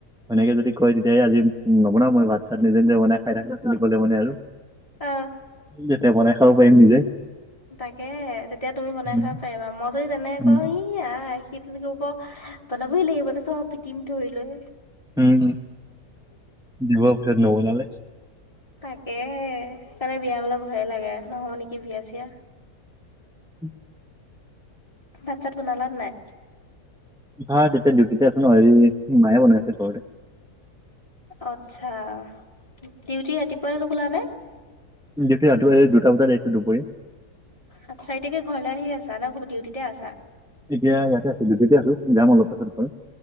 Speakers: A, in the centre; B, on the left.
A: সেনেকে যদি কয়, তেতিয়াহে আজি নবনাওঁ মই ভাত চাত নিজে নিজে বনাই খাই থাক বুলি কলে মানে আৰু
B: অ
A: তেতিয়া বনাই খাব পাৰিম নিজে।
B: তাকে তেতিয়া তুমি বনাই
A: উম
B: খাব পাৰিবা। মই যদি তেনেকে
A: উম
B: কওঁ ই ই আই সি তেনেতে ক'ব বনাবই লাগিব, তাৰপিছত পিটিম ধৰি লৈ
A: উম, দিব পিছত নবনালে।
B: তাকেহে, সেইকাৰণে বিয়া বুলি কলে ভয়ে লাগে, নহওঁ নেকি বিয়া চিয়া।
A: উ <unintelligible>
B: ভাত ছাত বনালানে নাই?
A: ভাত এতিয়া ডিউটিতে আছো নহয়, হেৰি মায়ে বনাই আছে ঘৰতে।
B: আচ্ছা, ডিউটি ৰাতিপুৱাই গ'লা নে!
A: ডিউটি ৰাতিপুৱা যাই দুটা বজাত আহিছো দুপৰীয়া।
B: চাৰিতাৰিখে ঘৰলে আহি আছা নে ডিউটিতে আছা?
A: এতিয়া ইয়াতে আছো ডিউটিতে আছো যাম অলপ পিছ